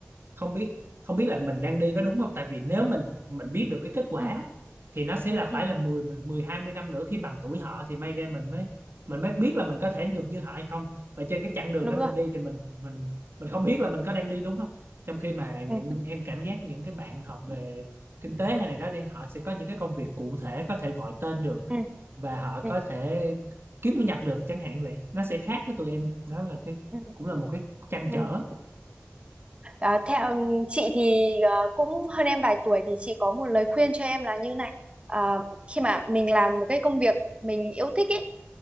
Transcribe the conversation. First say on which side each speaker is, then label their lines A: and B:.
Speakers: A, on the right; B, on the right.
A: không biết không biết là mình đang đi có đúng không tại vì nếu mình mình biết được cái kết quả
B: ừ
A: thì nó sẽ là phải
B: ừ
A: là mười mười hai mươi năm nữa khi bằng tuổi họ thì may ra mình mới mình mới biết là mình có thể được như họ hay không và trên cái chặng đường
B: đúng
A: đó mình
B: rồi
A: đi thì mình mình mình không biết là mình có đang đi đúng không trong khi mà những
B: ừ
A: em cảm giác những cái bạn học về kinh tế hay này đó đi họ sẽ có những cái công việc cụ thể có thể gọi tên được
B: ừ
A: và họ
B: ừ
A: có thể kiếm thu nhập được chẳng hạn vậy nó sẽ khác với tụi em đó là cái
B: ừ.
A: cũng là một cái trăn
B: Ừ.
A: trở
B: À, theo chị thì à, cũng hơn em vài tuổi thì chị có một lời khuyên cho em là như này à, khi mà mình làm một cái công việc mình yêu thích ấy